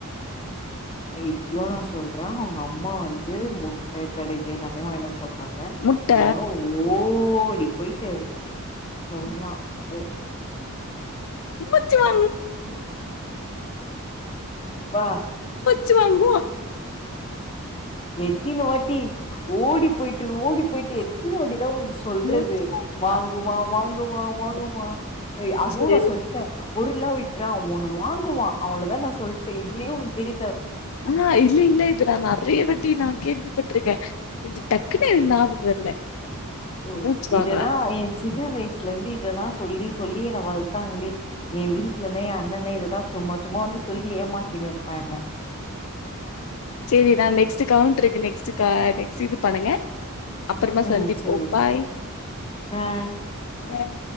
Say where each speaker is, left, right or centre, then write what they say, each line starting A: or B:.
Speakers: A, on the left; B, on the left.
A: ஏய் இப்பயோ நா சொல்ற அவுங்க அம்மா வந்து முட்ட கடுகு எல்லாமே வாய்னு வர சொல் சொல்றாங்க
B: முட்ட
A: இவனு ஓ ஓடி போய்ட்டு சொல்றா உ
B: முச்ச வா
A: ம் வா
B: ச்சுவாங்குவோ
A: எத்தினுவாட்டி ஓடி போயிட்டு ஓடி போயிட்டு எத்தன வாட்டி தா ஒனக்கு சொல்றது
B: மூச்சு
A: வாங்குவா
B: ம்
A: வாங்குவா
B: கண்டுபிடிச்சிட்டே
A: வாங்குமா ஏய் அதுவு
B: சேரி
A: நா சொல்ட்ட பொருள்ளா விட்றா அவ ஒன் வாங்குவா அவளதா நா சொல்ட்ட இதுலயே உனக்கு தெரி
B: ஆஹ் இல்ல இல்ல இது நா நெறைய வாட் த்தி நா கேள்விபட்ருக்க கொஞ்ச டக்குன்னு நாபக வர்ல
A: ஓ
B: மூச்சு
A: இதேதா
B: வாங்குறா
A: எ சின்ன வயசு சுலந்து இததா சொல்லி சொல்லி என்ன வளத்தாங்ளே எ வீட்லலே எ அண்ணனே இததா சும்மா சும்மா வந்து சொல்லி ஏமாத்தினுருப்பா என்ன
B: சேரி நா நெக்ஸ்ட்டு கவுண்ட்ருக்கு நெக்ஸ்ட்டு கா நெக்ஸ்ட்டு இது பண்ணுங்க அப்பறமா
A: ம்
B: சந்திப்போ
A: செரி ஓகே
B: பாய்
A: பாய்
B: பாய்